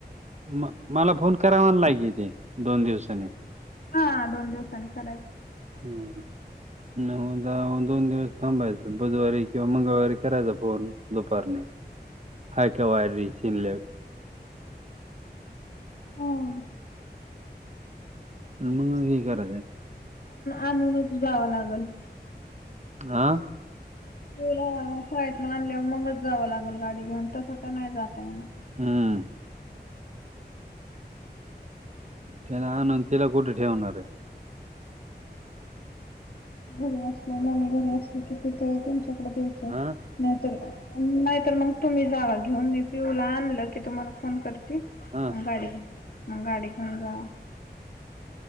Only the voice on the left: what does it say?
आ दोन दिवसांनी करायचं
<inaudible>
हम्म
आणूनच जावं लागंल
पियुला शाळेतनं आणल्यावर मगच जावं लागेल गाडी घेऊन तसं तर नाइ जाता येणार
घरी असले मम्मी घरी असली कि तिथं तुमच्याकडे द्यायचं
नाहीतर नाहीतर मग तुम्ही जावा घेऊन मी पिऊला आणलं की तुम्हाला फोन करते
मग गाडी म गाडी घेऊन जावा